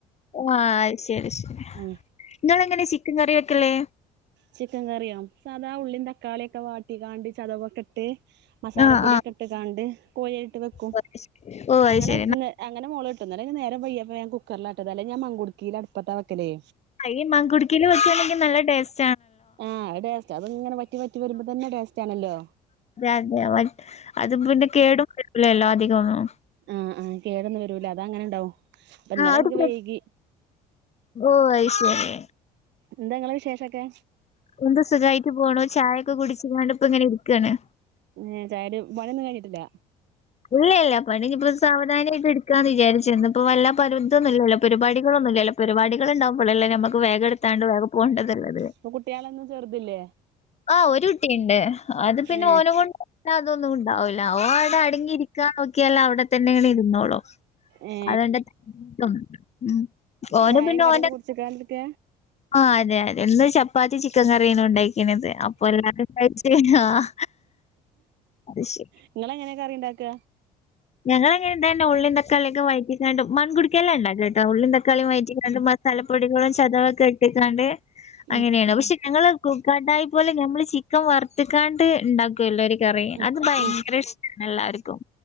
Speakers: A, on the left (about 35°); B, on the right (about 65°).
A: ആ അയ്ശരി ശരി.
B: ഉം
A: ഇങ്ങളെങ്ങനെ ചിക്കൻ കറി വെക്കല്?
B: ചിക്കൻ കറിയോ? സാദാ ഉള്ളിം തക്കാളിയൊക്കെ വാട്ടിക്കാണ്ട് ചതവൊക്കിട്ട് മസാലപ്പൊടിയൊക്കെ
A: ആ ആ
B: ഇട്ട്കാണ്ട് കോഴിയയിലിട്ട് വെക്കും.
A: ഓ അത് ശരി ഓ അത്
B: അങ്ങനെ
A: ശരി.
B: അങ്ങനെ മൊള് ഇന്നലെ ഞാൻനേരം വെയ്കിയപ്പോ ഞാൻ കുക്കറിലാട്ടത്. അല്ലെങ്ക് ഞാൻ മങ്കുടക്കേല് അടുപ്പത്താ വെക്കലേ.
A: ഈ മൺകുട്ക്കേല് വെക്കാണെങ്കിൽ നല്ല ടേസ്
B: ആ അത് ടേസ്റ്റ. അത്ങ്ങനെ വറ്റി വറ്റി വരുമ്പോ തന്നെ ടേസ്റ്റാണല്ലോ.
A: രതെ അതും പിന്നെ കേടുംവര്ല്ലല്ലോ അധികൊന്നും.
B: ആ ആ കേടൊന്നും വരൂല്ല. അതങ്ങനണ്ടാവും. അപ്പന്നലെൻക്ക്
A: ആ ഒരു പ്ര
B: വൈകി.
A: ഓ അയ്ശരി.
B: എന്താ ഇങ്ങളെ വിശേഷൊക്കെ?
A: എന്ത് സുഖായിട്ട് പോണു. ചായൊക്കെ കുടിച്ച്ക്കാണ്ട് ഇപ്പങ്ങനെ ഇരിക്കാണ്.
B: ഏ ചായെടി പണി ഒന്നും കഴിഞ്ഞിട്ടില്ല.
A: ഇല്ല ഇല്ല പണി ഇപ്പോ സാവധാനായിട്ട് ഇട്ക്കാന്ന് വിചാരിച്ചു. ഇന്നുപ്പോ വല്ല പരുതൊന്നുല്ലല്ലോ. പരിപാടികളൊ ന്നുല്ലല്ലോ. പരുപാടികൾണ്ടാവുമ്പളല്ലേ അല്ലേ നമ്മക്ക് വേഗ എടുത്താണ്ട് വേഗ പോണ്ടത്ള്ളത്.
B: ഇപ്പ കുട്ട്യാളൊന്നും ചെറ്ത് ല്ലേ?
A: ആ ഒരു കുട്ടിണ്ട്. അത് പിന്നെ
B: ഏഹ്
A: ഓന കൊണ്ട് അതൊന്നുണ്ടാവൂല. ല്ല. ഓൻ അവടെ അടങ്ങിരിക്കാൻ നോക്കിയാല് അവടെ തന്നെങ്ങ്ട് ഇരുന്നോളും.
B: ഏ
A: അതന്റെ <inaudible> ഓന്
B: ചായയും
A: പിന്നെ
B: കടിയൊക്കെ
A: ഓന്റെ
B: കുടിച്ചിക്കാണ്ടിരിക്ക
A: ആ അതെ അതെ ഇന്നു ചപ്പാത്തിം ചിക്കൻ കറിയേനുണ്ടായി ഇന്നത്തേ അപ്പ എല്ലാരും കഴിച്ചെ കയ്ഞ്ഞോ? ആ അത് ശെരി.
B: നിങ്ങള് എങ്ങനെ കറി ഉണ്ടാക്ക
A: ഞങ്ങളങ്ങനെണ്ടായെന്നു ഉള്ളിന്തക്കാള്യക്കെ വയറ്റികാണ്ട്, മൺ കുടിക്കേലല്ലത് ആ ഉള്ളി തക്കാളീം വയറ്റിക്കാണ്ട് മസാലപ്പൊടികളും ചതവൊക്കെ ഇട്ടിക്കാണ്ട്
B: ഉം
A: അങ്ങനെയാണ് പക്ഷേ ഞങ്ങള് കു കടായി പോലെ ഞമ്മള് ചിക്കൻ വറുത്ത്ക്കാണ്ട് ഇണ്ടാക്ക്വല്ലോ എട കറി
B: ഉം
A: അത് ഭയങ്കര
B: ഉം
A: ഇഷ്ടാണേല്ലാർക്കും.